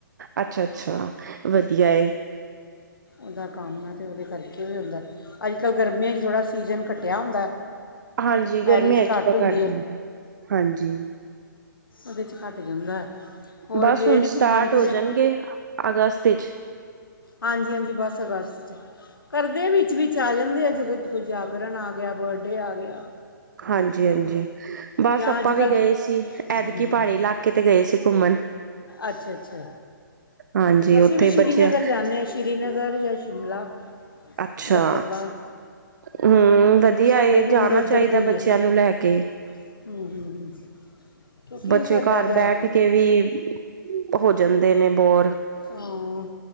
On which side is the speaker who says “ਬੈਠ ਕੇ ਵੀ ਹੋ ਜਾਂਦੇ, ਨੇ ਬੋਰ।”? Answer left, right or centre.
Right